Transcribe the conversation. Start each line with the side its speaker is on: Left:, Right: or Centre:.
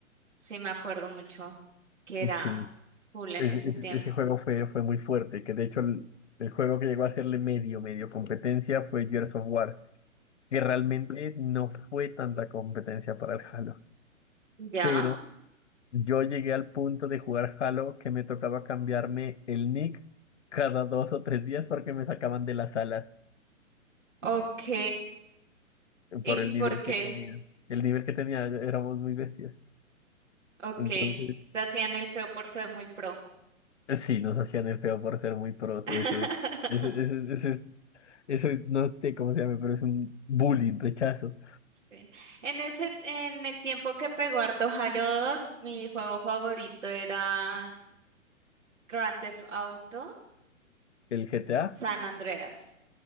Right: Sí, me acuerdo mucho que era
Left: Sí,
Right: full en
Left: Es-
Right: ese
Left: es-
Right: tiempo.
Left: ese juego fue, fue muy fuerte, que de hecho el, el juego que llegó a hacerle medio, medio competencia fue Gears of War, que realmente no fue tanta competencia para el Halo.
Right: Ya.
Left: Pero yo llegué al punto de jugar Halo que me tocaba cambiarme el nick cada dos o tres días porque me sacaban de las salas.
Right: Ok. ¿Y
Left: por el nivel
Right: por qué?
Left: que tenía. El nivel que tenía éramos muy bestias.
Right: Ok.
Left: Entonces,
Right: Te hacían el feo por ser muy pro.
Left: eh, sí, nos hacían el feo por ser muy pros.
Right: <laughs>
Left: Eso es, eso, eso, eso es, eso es- no sé cómo se llama, pero es un bullying, rechazo.
Right: Sí. En ese, en el tiempo que pegó harto Halo 2, mi juego favorito era Grand Theft Auto
Left: El GTA,
Right: San Andreas.